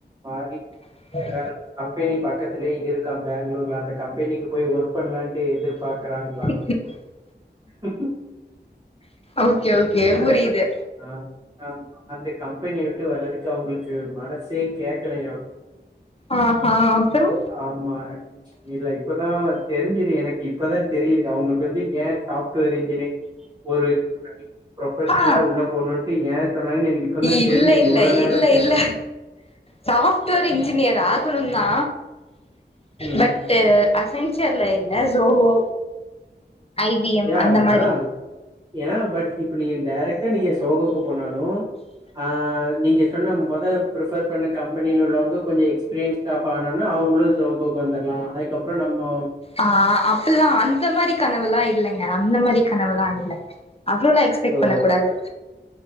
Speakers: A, on the right; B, on the left.
A: மாறி
B: <inaudible>
A: வேற கம்பெனி பக்கத்திலயே இருக்கா பெங்களூர்ல அந்த கம்பெனிக்கு போய் ஒர்க் பண்ணலான்ட்டு எதிர்பாக்கறாங்களா
B: <inaudible>
A: <inaudible>
B: ஓகே ஓகே
A: அந்த
B: புரியுது
A: ஆ ஆ அந்த கம்பெனி விட்டு வர்றதுக்கு அவங்களுக்கு மனசே கேக்கலயா
B: ஆஹா அப்பறோ
A: ஆமா இல்ல இப்பதா தெரிஞ்சுது எனக்கு இப்பதா தெரியுது அவங்களுக்கு வந்து ஏ சாஃப்ட்வேர் இன்ஜினியர் ஒரு ப்ரொபஷனலா
B: ஆ
A: உள்ள போகணுன்ட்டு ஏ சொன்னங்கன்னு எனக்கு இப்போ தா
B: இல்ல
A: தெரிஞ்சுச்சு
B: இல்ல
A: இவ்ள நேர
B: இல்ல
A: தெரல
B: இல்ல சாஃப்ட்வேர் இன்ஜினியர் ஆகணுந்தா
A: ம்.
B: பட்டு அசச்சர் ல இல்ல ஜோஹோ ஐ பி எம்
A: யா
B: அந்த மாரி
A: அதான் என்னா பட் இப்ப நீங்க டைரக்டா நீங்க சோகோக்கு போனாலும் ஆ நீங்க சொன்ன மொத ப்ரிஃபர் பண்ண கம்பெனியில உள்ளவங்க கொஞ்ச எக்ஸ்பீரியன்ஸ் ஸ்டாஃப் ஆனால் தா அவுங்களு சோகோக்கு வந்துட்லா அதுக்கப்றோ நம்போ
B: ஆ அப்பில்லா அந்த மாரி கனவுல்லா இல்லைங்க அந்த மாரி கனவுல்லா இல்ல அவ்ளோல்லா எக்ஸ்பெக்ட்
A: சோ
B: பண்ண கூடாது